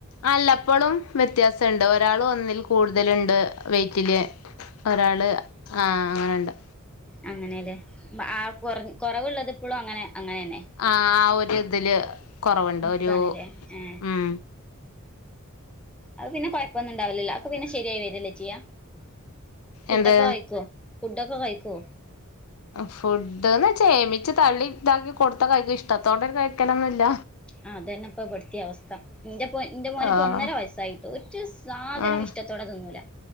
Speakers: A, on the left; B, in the centre.
A: അല്ലപ്പോഴും വ്യത്യാസുണ്ട് ഒരാൾ ഒന്നിൽ കൂടുതലുണ്ട് വെറ്റില് ഒരാള് അങ്ങനെയുണ്ട്
B: അങ്ങനെയല്ലേ ആ കൊ കുറവുള്ളത് ഇപ്പോഴും അങ്ങനെ അങ്ങനെ തന്നെ
A: ആഹ ആ ഒരു ഇതില് കുറവുണ്ട്
B: നിക്കാണ്ല്ലേ
A: ഒരു
B: ഏ
A: ഉം
B: അത് പിന്നെ കൊഴപ്പൊന്നും ഉണ്ടാവലല്ലോ പിന്നെ ശരിയായി വരല്ലച്ചിയ ഫുഡൊക്കെ
A: എന്ത്
B: കഴിക്കോ ഫുഡൊക്കെ കഴിക്കോ
A: ഫുഡ്ന്ന് ചേമിച്ച് തള്ളി ഇതാക്കി കൊടുത്ത കഴിക്കും ഇഷ്ടത്തോടെ കഴിക്കണംൊന്നുമില്ല
B: ആ് അതന്നെ ഇപ്പൊ പെടുത്തിയ അവസ്ഥ എന്റെ എന്റെ മോന് ഇപ്പോ
A: ആഹ്
B: ഒന്നര വയസായിട്ട് ഒ സാധനം
A: ഉം
B: ഇഷ മുറ്റത്തോടെ ന്നൂല